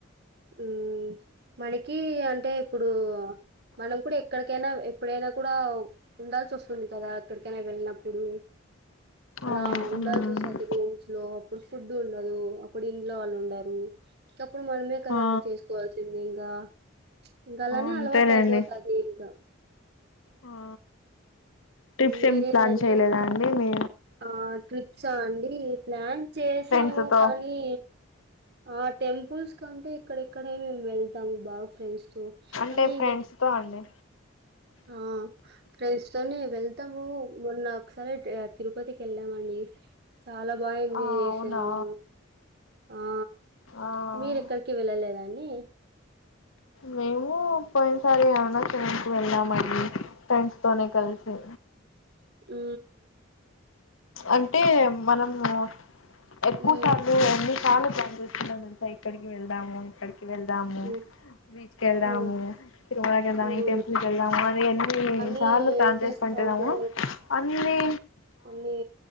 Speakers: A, on the right (about 55°); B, on the left (about 80°).
A: ఉ మనకి అంటే ఇప్పుడు మనం కూడా ఎక్కడికైనా ఎప్పుడైనా కూడా ఉండాల్సి వస్తుంది కదా ఎక్కడికైనా వెళ్ళినప్పుడు అలా
B: అవును
A: ఉండాల్సి
B: ఉమ్
A: వస్తుంది రూమ్స్ లో అప్పుడు ఫుడ్ ఉండదు అప్పుడు ఇంట్లో వాళ్ళు ఉండరు ఇకప్పుడు మన కదండి
B: ఆ
A: చేసుకోవాల్సింది ఇంకా ఇంకా అలానే
B: అంతేలేండి
A: అలవాటు అయిపోతుది ఇంకా
B: ఆ ట్రిప్స్
A: మీరేంటండి
B: ఏం ప్లాన్ చేయలేదా అండి మీ
A: ఆ ట్రిప్సా అండి ప్లాన్ చేసాము
B: ఫ్రెండ్స్ తో
A: కానీ ఆ టెంపుల్స్ కంటే ఇక్కడెక్కడ మేము వెళ్తాం బాగా ఫ్రెండ్స్
B: అంటే
A: కనీ
B: ఫ్రెండ్స్ తో అండి
A: ఆ క్రైస్తతోనే వెల్ మ మొన్న ఒకసాల తిరుపతికి వెళ్ళం అడి చాలా బాగా ఎంజాయ్
B: ఆ
A: చేసాము
B: అవునా
A: ఆ
B: ఆ
A: మీరెక్కడికి వెళ్ళలేదాన్ని
B: మేము పోయినసారి అరుణసకి వెళ్ళాం అది ఫ్రెండ్స్ తోనే కలిసి
A: ఆ
B: అంటే మనము ఎక్కువ
A: మ్మ్
B: సార్లు ఎన్ని సార్లు ప్లాన్ ఇక్కడికి వెళ్దాము ఇక్కడికి వెళ్దాము
A: మ్మ్
B: బీచ్ క వెళ్దాము
A: మ్మ్
B: తిరుమర వెదాము
A: మ్మ్
B: టెంపుల్ వెళ్దాము అ అన్ని
A: కానీ
B: సార్లు ప్లాన్
A: ఏం
B: చేసుకుంటాము
A: చేస్తాము
B: అన్ని
A: కొన్ని